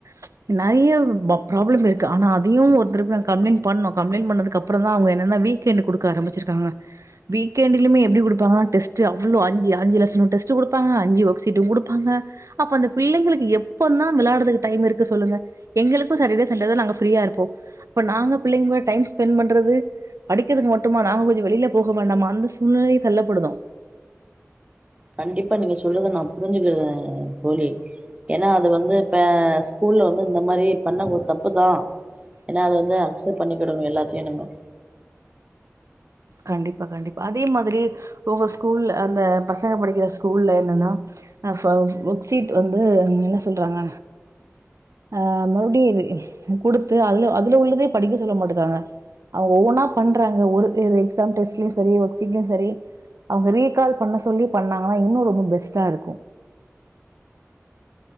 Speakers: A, on the right; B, on the right.
A: ச் நெறைய ப ப்ராப்ளத்துல இருக்கு ஆனா அதையும் ஒருத்தர் போய் அங் கம்ப்ளைண்ட் பண்ணோ கம்ப்ளைன் பண்ணதுக்கு அப் அப்பறந்தா அவங்க என்னன்னா வீக்கெண்டு குடுக்க ஆரம்பிச்சிருக்காங்க வீக்கெண்டுலுமே எப்டி குடுப்பாங்கனா டெஸ்ட்டு அவ்வளோ அஞ்சு அஞ்சு லெஸனு டெஸ்ட்டு குடுப்பாங்க அஞ்சு ஒர்க் ஷீட்டு குடுப்பாங்க அப்ப அந்த பிள்ளைங்களுக்கு எப்பந்தா விளாடறதுக்கு டைம் இருக்கு சொல்லுங்க எங்களுக்கு சாட்டடே சண்டே தா நாங்க ஃபீரியா இருப் போ அப்ப நாங்க பிள்ளைங் கூட டைம் ஸ்பென்ட் பண் றது படிக்கிறதுக்கு மட்டுமா நாங்க கொஞ்ச வெளில போக வேண்டாமா அந்த சூழ்நிலையில் தள்ளப்படுதோ
B: கண்டிப்பா நீங்க சொல்லுர்த நா புரிஞ்சுக்கறே தோழி ஏன்னா அது வந்து பே ஸ்கூல்ல வந்து இந்த மாரி பண்ண ஒரு தப்பு தா ஏன்னா அத வந்து அக்சப்ட் பண்ணிக்கிடணு எல்லாத்தையு நம்மோ
A: கண்டிப்பா கண்டிப்பா அதே மாதிரி ஒவ்வொரு ஸ்கூல்ல அந்த பசங்க படிக்கிற ஸ்கூல்ல என்னன்னா அ ஃப ஒர்க்ஷீட் வந்து என்ன சொல்றாங்க ஆஹ் மறுபடியு இத குடுத்து அதுல அதுல உள்ளதே படிக்க சொல்ல மாட்டுக்றாங்க அவங் ஒவ்வொன்னா பண்றாங்க ஒரு <unintelligible> எக்ஸாம் டெஸ்ட்லயு சரி ஒர்க்ஷீட்லயு சரி அவங்க ரீகால் பண்ண சொல்லி பண்ணாங்கனா இன்னு ரொம்ப பெஸ்ட்டா இருக்கு